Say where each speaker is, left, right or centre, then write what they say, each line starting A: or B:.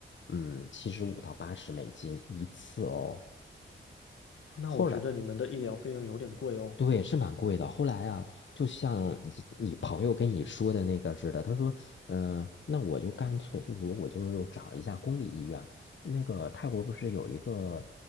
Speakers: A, on the left; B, on the left.
A: 嗯七十五到八十美金一次哦。
B: 那我觉得你们的医疗费用有点贵哦。
A: 后来。对，是蛮贵的。后来啊，就像你你朋友跟你说的那个似的，他说，嗯、那我就干脆不如我就找一下公立医院。那个泰国不是有一个